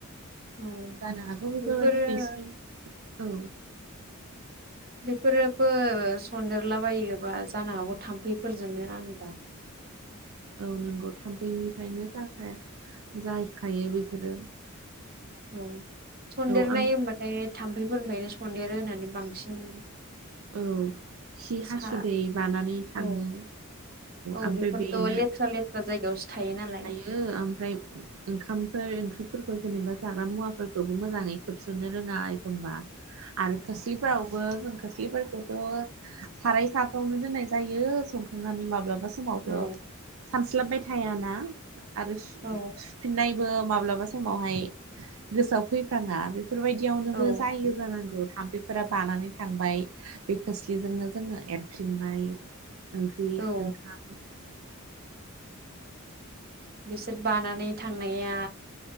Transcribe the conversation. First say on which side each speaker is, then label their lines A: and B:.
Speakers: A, on the right; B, on the right.
A: औ
B: जानो हागौ बेफोरबायदि
A: बेफोरो
B: दैस्लुं
A: औ
B: औ
A: बेफोरबो सदेरलाबायोबा जानो हागौ थाम्फैफोरजोंनो आंनिबा
B: औ नंगौ थाम्फैनिफ्रायनो जाखा जाहैखायो बेफोरो
A: उम सन्देरनाय
B: औ आम
A: होमबाथाय थाम्फैफोरनिफ्रायनो सन्देरो होनानै बांसिन
B: औ खि हासुदै
A: सा
B: बानानै थाङो
A: औ औ
B: ओमफ्राय
A: बेफोरथ'
B: बेनो
A: लेथ्रा लेथ्रा जायगायावसो थायो नालाय
B: ओ ओमफ्राय ओंखामफोर ओंख्रिफोरखौ जेनेबा जाग्रा मुवाफोरखौबो मोजाङै खोबसननो रोङा एखमबा
A: <inaudible>
B: आरो खोस्लिफोरावबो जों खस्लिफोरखौथ' साराय साफ्रावनो दोननाय जायो सखांनानै माब्लाबा समावथ'
A: औ
B: सानस्लाबबाय थायाना आरो
A: औ
B: सुफिननायबो माब्लाबा समावहाय गोसोआव फैफ्राङा बेफोरबायदियावनोबो
A: औ
B: जायो जानांगौ थाम्फैफोरा बानानै थांबाय बे खोस्लिजोंनो जोङो एरफिनबाय ओंख्रि
A: औ
B: ओंखाम
A: बिसोर बानानै थांनाया